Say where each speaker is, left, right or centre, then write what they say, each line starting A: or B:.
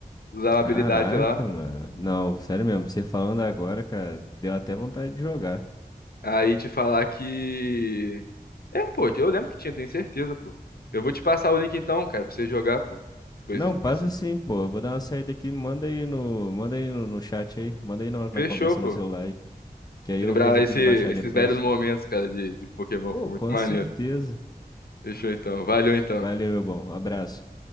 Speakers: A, on the left; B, on the left.
A: Usava a
B: Caraca,
A: habilidade lá.
B: mano. Não, sério mesmo, você falando agora, cara, deu até vontade de jogar.
A: Aí te falar que. É, pô, eu lembro que tinha, tenho certeza, pô. Eu vou te passar o link então, cara, pra você jogar, pô. Depois
B: Não,
A: eu te
B: passa
A: passo o link.
B: sim, pô. Eu vou dar uma saída aqui, manda aí no, manda aí no, no chat aí, manda aí na, na
A: Fechou,
B: conversa
A: pô.
B: no celular aí, que aí
A: Lembrar
B: eu vejo aqui
A: esse-
B: de baixar
A: esses
B: depois.
A: velhos momentos, cara, de, de Pokémon,
B: Pô,
A: foi
B: com
A: muito maneiro.
B: certeza.
A: Fechou então. Valeu então.
B: Valeu, meu bom. Abraço.